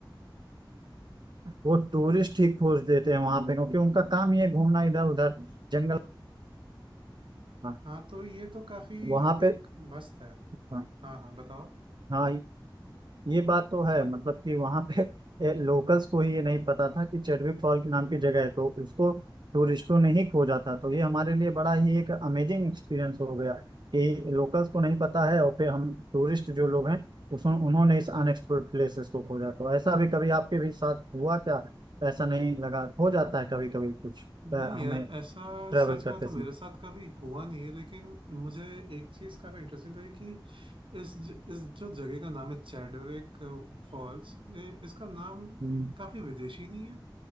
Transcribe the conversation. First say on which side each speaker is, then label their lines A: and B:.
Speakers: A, on the right; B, on the right.
A: वो टूरिस्ट ही खोज देते हैं वहां पे क्योंकि उनका काम ही है घूमना इधर उधर जंगल हाँ
B: हाँ तो ये तो काफी
A: वहां पे
B: एक मस्त है
A: हाँ
B: हाँ हाँ बताओ
A: हाँ, ये बात तो है मतलब कि वहां पे लोकल्स को ही ये नहीं पता था कि चेडविक फॉल के नाम की जगह है तो उसको टूरिस्टों ने ही खोजा था तो ये हमारे लिए बड़ा ही एक अमेजिंग एक्सपीरियंस हो गया कि लोकल्स को नहीं पता है और फिर हम टूरिस्ट जो लोग हैं उस उन्होंने इस अनएक्सप्लोर्ड प्लेसेस को खोजा तो ऐसा भी कभी आपके भी साथ हुआ क्या ऐसा नहीं लगा हो जाता है कभी कभी कुछ अ, हमें
B: नहीं यार ऐसा
A: ट्रेवल
B: सच
A: करते
B: का तो
A: समय
B: मेरे साथ कभी हुआ नहीं है लेकिन मुझे एक चीज काफी इंटरेस्टिंग लगी कि इस ज, इस जो जगह का नाम है चैडविक फॉल्स ये इसका नाम
A: हम्म,
B: काफी विदेशी नहीं है